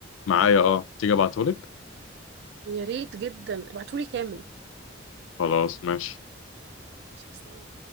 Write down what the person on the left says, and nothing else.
معايا اه تيجي ابعتهولك
خلاص ماشي